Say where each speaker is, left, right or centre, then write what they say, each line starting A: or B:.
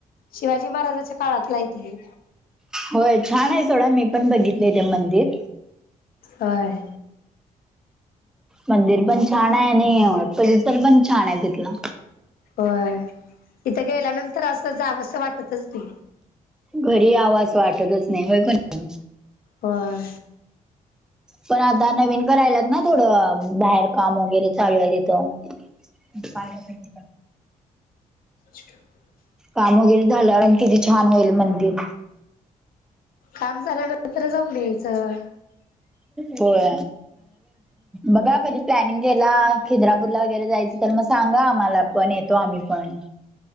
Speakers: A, on the left; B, in the centre.
A: शिवाजी महाराजाच्या काळातला हाय ते.
B: होय. छान आहे सोडा मी पण बघितले ते मंदिर.
A: होय.
B: मंदिर पण छान आहे आणि परिसर पण छान आहे तिथला.
A: होय. इथं गेल्यानंतर असं जावसं वाटतच नाही.
B: घरी यावास वाटतच नाही होय कन.
A: होय.
B: पण आता नवीन करायलात ना थोडं, बाहेर काम वगैरे चालू आहे तिथं. पाय <unintelligible>
A: अच का <unintelligible>
B: काम वगैरे झाल्यावर आणि किती छान होईल मंदिर.
A: काम झाल्यानंतर जाऊन यायचं.
B: होय. बघा कधी प्लॅनिंग केला खिद्रापूरला वगैरे जायचं. तर मग सांगा आम्हाला पण येतो आम्ही पण